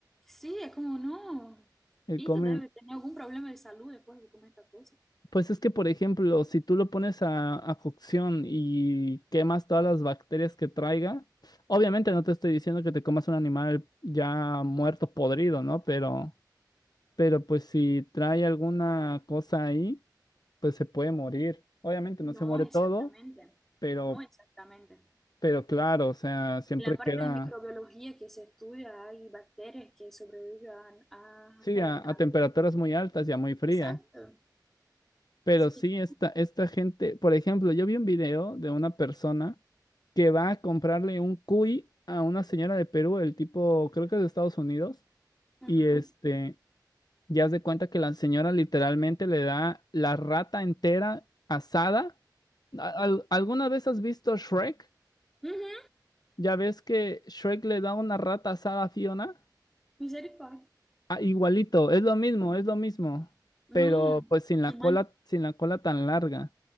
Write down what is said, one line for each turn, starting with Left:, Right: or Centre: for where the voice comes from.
Centre: Sí, es como, no,
Left: Que
Centre: esto
Left: comen,
Centre: debe tener algún problema de salud después de comer esta cosa.
Left: pues es que, por ejemplo, si tú lo pones a, a cocción y quemas todas las bacterias que traiga, obviamente no te estoy diciendo que te comas un animal ya muerto, podrido, ¿no? Pero, pero pues si trae alguna cosa ahí, pues se puede morir. Obviamente
Centre: No,
Left: no se muere
Centre: exactamente,
Left: todo, pero,
Centre: no exactamente. En
Left: pero claro, o sea, siempre
Centre: la parte
Left: queda...
Centre: de microbiología que se estudia hay bacterias que sobreviven a- a-
Left: Sí,
Centre: hasta
Left: a,
Centre: el calor.
Left: a temperaturas muy altas y a muy frías.
Centre: Exacto.
Left: Pero
Centre: Así
Left: sí,
Centre: que yo...
Left: esta, esta gente, por ejemplo, yo vi un video de una persona que va a comprarle un cuy a una señora de Perú, el tipo, creo que es de Estados Unidos,
Centre: Ajá.
Left: y este, ya se cuenta que la señora literalmente le da la rata entera asada. A- al- ¿Alguna vez has visto Shrek?
Centre: Ujú,
Left: Ya ves que Shrek le da una rata asada a Fiona.
Centre: Misericordia.
Left: Ah, igualito, es lo mismo, es lo mismo,
Centre: No,
Left: pero pues sin la
Centre: qué mal.
Left: cola, sin la cola tan larga.